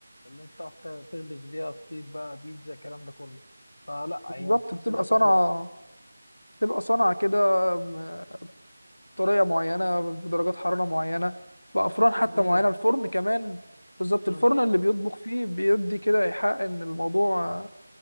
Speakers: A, on the left; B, on the left.
A: اللي انت تعرف ت- تخبز بيها فطير بقى بيتزا الكلام ده كله فلا
B: بالظبط
A: هي بتحس
B: بتبقى
A: انها بتاخد
B: صنعه
A: وقت
B: بتبقى صنعه كده م- بطريقه معينه بدرجات حراره معينه بافران
A: التخمير
B: حتى معينه الفرن كمان بالظبط
A: بالظبط
B: الفرن اللي بيطبخ فيه بيدي كده ايحاء ان الموضوع